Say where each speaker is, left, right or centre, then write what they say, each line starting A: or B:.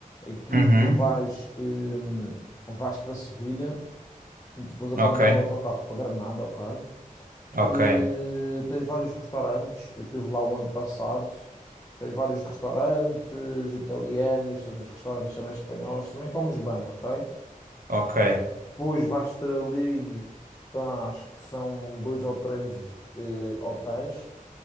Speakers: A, on the left (about 20°); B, on the right (about 75°).
A: Aquilo
B: Uhum,
A: tu vais, eh, vais para Sevilha e depois apanhas
B: ok,
A: o autocarro para Granada, ok?
B: ok,
A: Eh, tens vários restaurantes. Eu estive lá o ano passado. Tens vários restaurantes italianos, tens uns restaurantes também espanhóis. Também comes bem, ok?
B: ok,
A: Depois vais ter ali, pá, acho que são dois ou três eh, hotéis.